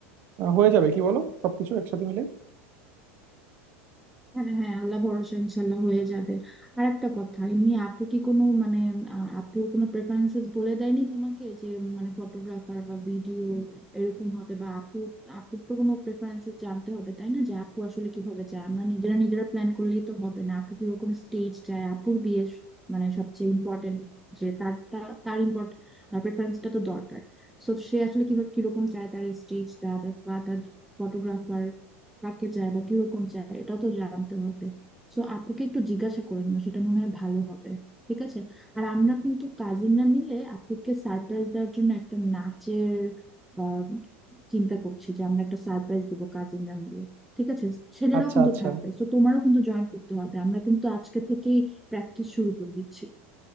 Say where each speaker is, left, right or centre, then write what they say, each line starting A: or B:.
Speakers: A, on the right (about 30°); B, in the centre.
A: হয়ে যাবে কি বলো সবকিছু একসাথে মিলে
B: হ্যাঁ হ্যাঁ আল্লাহ ভরসা ইনশাল্লাহ হয়ে যাবে আর একটা কথা এমনি আপু কি কোনো মানে আহ, আপুর কোনো প্রেফারেন্সেস বলে দেয়নি তোমাকে যে উম, মানে ফটোগ্রাফার বা ভিডিও এরকম হবে বা আপু আপুর তো কোনো প্রেফারেন্সেস জানতে হবে তাই না যে আপু আসলে কিভাবে চায় আমরা নিজেরা নিজেরা প্ল্যান করলেই তো হবে না আপু কিরকম স্টেজ চায় আপুর বিয়ে স- মানে সবচেয়ে ইম্পর্টেন্ট যে তার তার তার ইম্পর্টেন্ট প্রেফারেন্সটা তো দরকার সো সে আসলে কিভাবে কিরকম চায় তার স্টেজটা বা তার ফটোগ্রাফার কাকে চায় বা কিরকম চায় এটাও তো জানতে হবে সো আপুকে একটু জিজ্ঞাসা করে নিও সেটা মনে হয় ভালো হবে ঠিক আছে আর আমরা কিন্তু কাজিনরা মিলে আপুকে সারপ্রাইজ দেওয়ার জন্য একটা নাচের আহ, চিন্তা করছি যে আমরা একটা সারপ্রাইজ দিব কাজিনরা মিলে ঠিক আছে ছেলেরাও
A: আচ্ছা
B: কিন্তু
A: আচ্ছা
B: থাকবে তো তোমারও কিন্তু জয়েন করতে হবে আমরা কিন্তু আজকে থেকেই প্র্যাকটিস শুরু করে দিচ্ছি